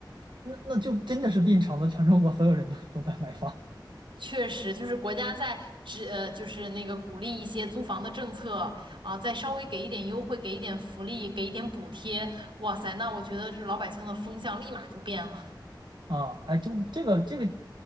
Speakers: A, on the right; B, on the right.
A: 那那就真的是变成了全中国所有人都都在买房。
B: 确实就是国家在只呃就是那个鼓励一些租房的政策啊，再稍微给一点优惠，给一点福利，给一点补贴，哇塞，那我觉得这老百姓的风向立马就变了。
A: 啊，哎，就这个这个